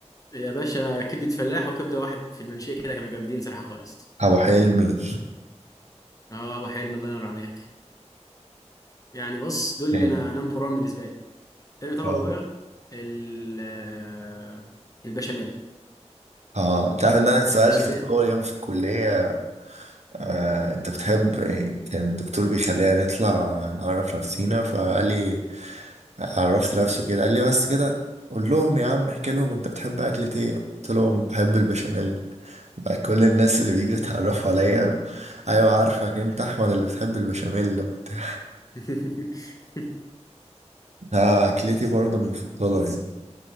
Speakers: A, on the left; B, on the right.
A: يا باشا كبده فلاح وكبده واحد في المنشيه كده كانوا جامدين صراحه خالص
B: أبو حلمي
A: اه ابو حلمي الله ينور عليك يعني بص دول اللي
B: تاني
A: انا نمبر 1 بالنسبه لي تاني طبعا
B: اه
A: بقى ال آه، البشاميل
B: اه انت عارف ان انا اتسألت
A: البشاميل
B: في اول يوم في الكلية آه، انت بتحب إيه؟ كان الدكتور بيخلينا نطلع نعرف نفسينا فقال لي عرفت نفسه كده قال لي بس كده قول لهم يا عم احكي لهم انت بتحب اكلة ايه قلت لهم بحب البشاميل بقى كل الناس اللي بيجوا
A: مم.
B: يتعرفوا عليا ايوه عارفك انت احمد اللي بتحب البشاميل وبتاع <laughs>
A: <laughs>
B: آه، اكلتي برضو المفضلة يعني